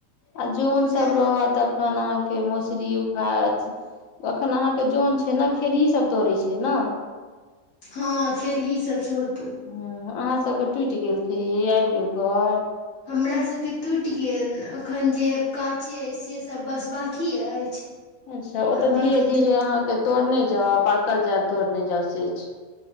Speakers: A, on the left (about 70°); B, on the left (about 85°).
A: आ जन
B: नहि
A: सब रहत खन अहाँके मौसरी उखा अखन अहाँके जन छै न खेरही सब तोड़ै छै न।
B: हँ खेर ही सब सेहोत।
A: ह अहाँ सबके टूटि गेल खे आबि गेल घर
B: हमराासके टूटि गेल अखन जे काँचे अछि से सब बस बकी अछि।
A: अच्छा ओतऽ
B: आ
A: धीरे
B: बाकी
A: धीरे
B: टूटि
A: अहाँके तोड़ने ज पकल जा तोरने जासेज